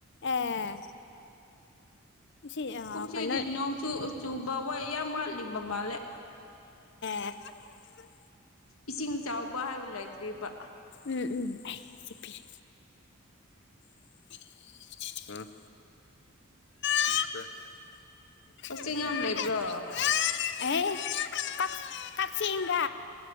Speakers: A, on the left; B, on the left.
A: ꯑꯦ ꯁꯤ ꯑꯥ
B: ꯀꯨꯝꯆꯤꯗꯤ
A: ꯀꯩꯅꯣ
B: ꯅꯣꯡꯆꯨ ꯆꯨꯕ ꯋꯥ ꯌꯥꯝ ꯃ꯭ꯋꯥꯠꯂꯤꯝꯕ ꯃꯥꯜꯂꯦ
A: ꯑꯦ
B: ꯏꯁꯤꯡ ꯆꯥꯎꯕ ꯍꯥꯏ꯭ꯕ ꯂꯩꯇ꯭ꯔꯤꯕ
A: ꯎꯝ ꯎꯝ ꯑꯩ ꯆꯤꯛꯄꯤꯔꯤ <unintelligible> ꯎꯝ <unintelligible> <unintelligible>
B: ꯀꯛꯆꯤꯡ ꯌꯥꯝ ꯂꯩꯕ꯭ꯔꯣ
A: ꯑꯩ ꯀꯛ ꯀꯛꯆꯤꯡ <unintelligible>